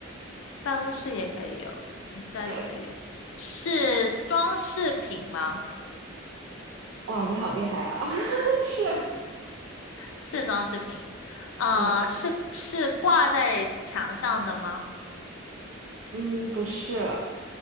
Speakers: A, on the left (about 75°); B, on the right (about 70°).
A: 办公室也可以有，嗯家里也可以有，
B: 对，
A: 是装饰品吗？
B: 哇，你好厉害啊！<laughs> 是，
A: 是装饰品，呃，
B: 嗯
A: 是是挂在墙上的吗？
B: 嗯，不是，